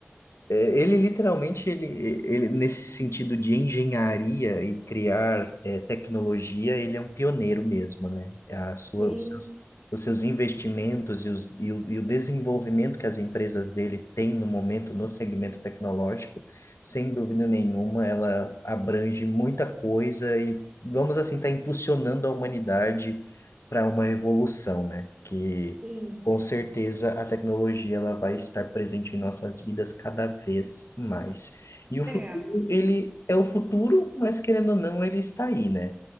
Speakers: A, on the left; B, on the right.
A: É, Ele literalmente ele, ele nesse sentido de engenharia e criar é, tecnologia, ele é um pioneiro mesmo, né? A sua,
B: Sim,
A: os seus, os seus investimentos e, os, e, o, e o desenvolvimento que as empresas dele têm no momento no segmento tecnológico, sem dúvida nenhuma, ela abrange muita coisa e vamos assim estar impulsionando a humanidade para uma evolução, né? Que
B: sim.
A: com certeza a tecnologia ela vai estar presente em nossas vidas cada vez mais. E o futuro,
B: É.
A: ele é o futuro, mas querendo ou não, ele está aí, né?